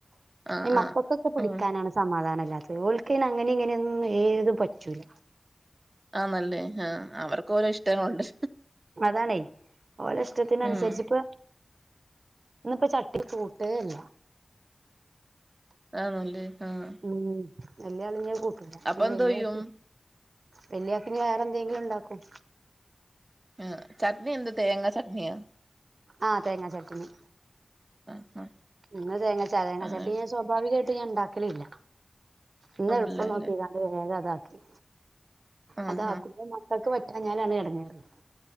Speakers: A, on the right (about 30°); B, on the right (about 65°).
A: ആഹ്
B: ഇ മക്കക്കൊക്കെ
A: ആഹ്
B: പിടിക്കാനാണ്
A: ആഹ്
B: സമാധാനല്ലാത്ത ഓൽക്കയ്നങ്ങനിങ്ങനൊന്നും ഏത് പറ്റൂല.
A: ആന്നല്ലേ ആഹ് അവർക്കോരോ ഇഷ്ടങ്ങളുണ്ട്.
B: അതാണെ ഓലഷ്ടത്തിനനുസരിച്ച്പ്പോ
A: ഉം
B: ഇന്ന്പ്പൊ ചട്ടിണി കൂട്ടേല്ല.
A: ആന്നല്ലേ ആഹ്.
B: ഉം വല്ല ആളും ഞാൻ കൂട്ടുല.
A: അപ്പൊ
B: ഇഞ്ഞ്
A: എന്തോ
B: വല്യാൾക്ക്
A: ചെയ്യും
B: വല്യാക്കിനി വേറെ എന്തെങ്കിലും ഉണ്ടാകും
A: ഉഉം ചട്നി എന്ത് തേങ്ങ ചട്നിയോ
B: ആഹ് തേങ്ങാചട്നി
A: ആഹ് ആഹ്
B: ഇന്ന് തേങ്ങാച്ചാ തേങ്ങാച്ചാട്നി
A: ആഹ്
B: ഞാൻ സ്വാഭാവികമായിട്ട് ഞാൻ ഉണ്ടാക്കലില്ല ഇന്ന്
A: ആണല്ലേല്ലേ
B: എളുപ്പം നോക്കിയതാ വേഗ അത്ക്കി
A: ആഹ്
B: അത്ആകുമ്പോന്നാ-
A: ആഹ്
B: ൾക്ക് പറ്റാ ഞാനാണ് എടങ്ങേറ്